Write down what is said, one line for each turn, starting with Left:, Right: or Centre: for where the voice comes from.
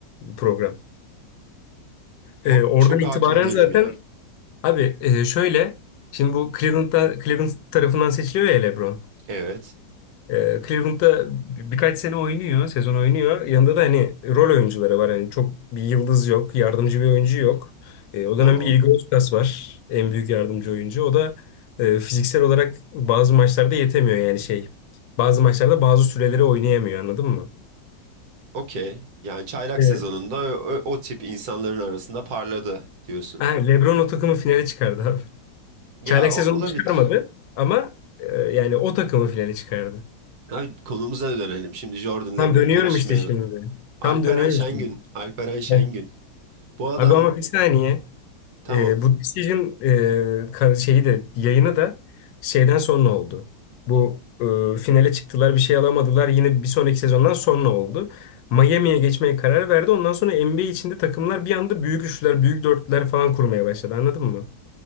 Left: program.
Right: Ho-
Left: E, oradan
Right: çok
Left: itibaren
Right: hakim değilim
Left: zaten
Right: ya.
Left: abi e, şöyle şimdi bu Cleveland'da Cleveland tarafından seçiliyor ya LeBron.
Right: Evet.
Left: Ee, Cleveland'da bir- birkaç sene oynuyor, sezon oynuyor. Yanında da hani rol oyuncuları var. Hani çok bir yıldız yok, yardımcı bir oyuncu yok. Ee, o
Right: Tamam.
Left: dönem bir Igor Lucas var, en büyük yardımcı oyuncu. O da e, fiziksel olarak bazı maçlarda yetemiyor yani şey. Bazı maçlarda bazı süreleri oynayamıyor, anladın mı?
Right: Okey. Yani çaylak
Left: Evet.
Right: sezonunda o, o tip insanların arasında parladı diyorsun.
Left: Ha, LeBron o takımı finale çıkardı abi.
Right: Ya
Left: Çaylak sezonu
Right: o- olabilir.
Left: çıkarmadı ama e, yani o takımı finale çıkardı.
Right: Abi konumuza dönelim. Şimdi Jordan,
Left: Tam
Right: LeBron
Left: dönüyorum
Right: konuşmayalım.
Left: işte şimdi.
Right: Alperen
Left: Tam dönüyorum
Right: Şengün.
Left: şimdi.
Right: Alperen Şengün.
Left: Heh.
Right: Bu adam
Left: Abi ama bir saniye.
Right: tamam.
Left: E, bu Decision e, kar- şeyi de yayını da şeyden sonra oldu. Bu e, finale çıktılar bir şey alamadılar. Yine bir sonraki sezondan sonra oldu. Miami'ye geçmeye karar verdi. Ondan sonra NBA içinde takımlar bir anda büyük üçlüler, büyük dörtlüler falan kurmaya başladı. Anladın mı?